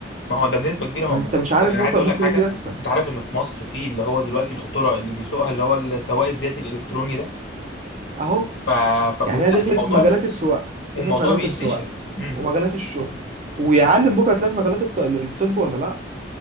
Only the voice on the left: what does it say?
ما هو ده بنسبة كبيرة هو
معقد
أنا
عايز أقول
لك حاجة
أنت عارف إن في مصر في اللي هو دلوقتي القطورة اللي بيسوقها اللي هو السواق الذاتي الإلكتروني ده
ف... ف...
لا
الموضوع
والموضوع
بينتشر
امم